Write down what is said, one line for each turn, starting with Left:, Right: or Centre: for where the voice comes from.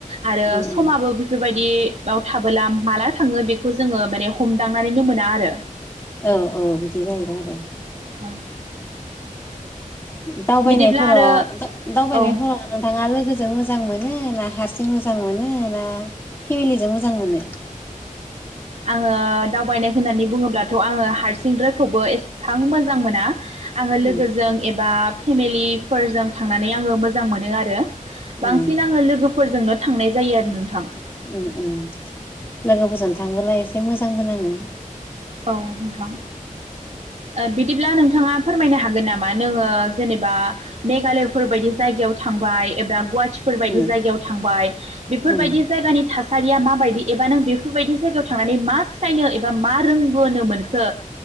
Right: आरो
Left: उम
Right: समाबो
Left: उम
Right: बेफोरबायदि याव थाबोला माला थाङो बेख खौ जोङो माने हमदांनानैनो मोना आरो
Left: औ औ बिदि जायो द आरो
Right: उम
Left: <inaudible> दावबायनायफोराव
Right: बिदिब्ला आरो
Left: दा दावबायनायफोराव
Right: औ
Left: नोंथाङा लोगोजों मोजां मोनो ना? हारसिं मोजां मोनो ना फेमिलिजों मोजां मोनो?
Right: आङो दावबायनाय होननानै बुङोब्लाथ' आङो हारसिंद्रायखौबो एसां मोजां मोना। आङो लोगोजों
Left: उम
Right: एबाब फेमिलिफोरजों थांनानै आङो मोजां मोनो आरो
Left: उम
Right: बांसिन आङो लोगोफोरजोंनो थांनाय जायो आरो नोंथां।
Left: उम उम लोगोफोरजों थांबोला एसे मोजांबो नाङो।
Right: औ नोंथां। ओ बिदिब्ला नोंथाङा फोरमायनो हागोन नामा नोङो जेनेबा मेघालयफोरबायदि जायगायाव थांबाय एबा गुवाहाट फोरबायदि
Left: उम
Right: जायगायाव थांबाय बेफोरबायदि
Left: उम
Right: जायगानि थास सारिया माबायदि एबा नों बेफोरबायदि जायगायाव थांनानै मा सिखायनो एबा मा? फोरोंबोनो मोनखो